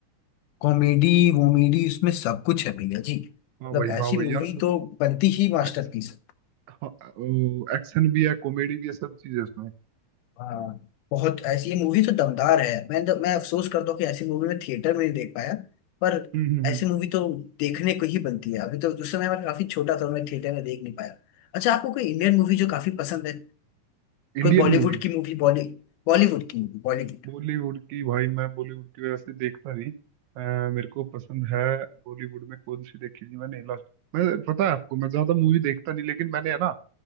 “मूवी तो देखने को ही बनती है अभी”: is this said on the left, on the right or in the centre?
Left